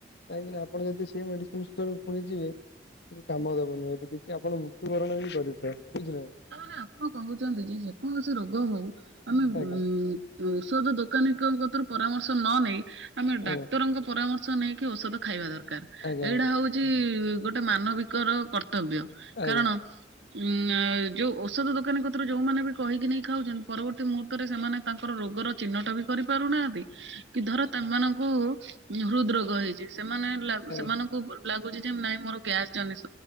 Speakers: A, on the left; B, on the right.
A: କାହିଁକିନା ଆପଣ ଯଦି ସେଇ ମେଡିସିନ ଷ୍ଟୋର କୁ ପୁଣି ଯିବେ କିଛି କାମ ଦବନି ସେଠି କିଛି ଆପଣ ମୃତ୍ୟୁବରଣ ବି କରିପାରନ୍ତି ବୁଝିଲେ ନା।
B: ତା ମାନେ ଆପଣ କହୁଛନ୍ତି ଯେ ଯେକୌଣସି ରୋଗ ହଉ ଆମେ
A: ଆଜ୍ଞା
B: ଉଁ ଔଷଧ ଦୋକାନୀଙ୍କ କତରୁ ପରାମର୍ଶ ନ ନେଇ ଆମେ
A: ଆଜ୍ଞା।
B: ଡାକ୍ତରଙ୍କ ପରାମ ର୍ଶ ନେଇକି ଔଷଧ ଖାଇବା ଦରକାର
A: ଆଜ୍ଞା
B: ଏଇଟା ହଉଛି ଗୋଟେ ମାନବିକର କର୍ତ୍ତବ୍ୟ।
A: ଆଜ୍ଞା
B: କାରଣ ଉଁ ଯୋଉ ଔଷଧ ଦୋକାନୀ କତିରୁ ଯୋଉମାନେ ବି କହିକି ନେଇକି ଖାଉଛନ୍ତି ପରବର୍ତ୍ତୀ ମୁହୂର୍ତ୍ତରେ ସେମାନେ ତାଙ୍କର ରୋଗର ଚିହ୍ନଟ ବି କରିପାରୁନାହାନ୍ତି କି ଧର ତେମାନଙ୍କୁ ଉଁ ହୃଦ ରୋଗ ହେଇଛି ସେମାନେ ଲାଗ
A: ଆଜ୍ଞା
B: ସେମାନଙ୍କୁ ଲାଗୁଛି ଯେ ନାଇଁ ମୋର ଗ୍ୟାସ ଜନିସ